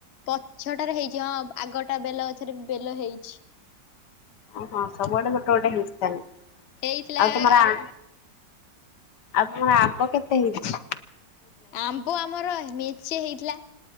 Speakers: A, on the left; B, on the left.
A: ପଛଟାରେ ହେଇଚି ହଁ ଆଗଟା ବେଲ ଗଛରେ ବେଲ ହେଇଚି।
B: ଓହୋ ସବୁଆଡ଼େ ଗୋଟେ ଗୋଟେ ହେଇଚି ତାହେଲେ
A: ହେଇଥିଲା
B: ଆଉ ତମର
A: ଆର
B: ଆ ଆଉ ତମର ଆମ୍ବ କେତେ ହେଇଚି?
A: ଆମ୍ବ ଆମର ମେଞ୍ଚେ ହେଇଥିଲା।